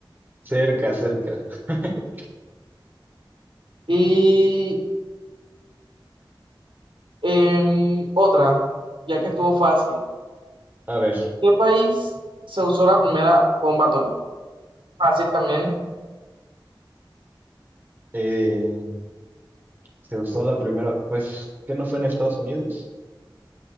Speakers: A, on the right; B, on the right.
A: cerca, cerca. <laughs>
B: Y em, otra, ya que estuvo fácil.
A: A ver,
B: ¿Qué país se usó la primera bomba atómica? Fácil también.
A: eh, se usó la primera, pues, ¿qué no fue en Estados Unidos?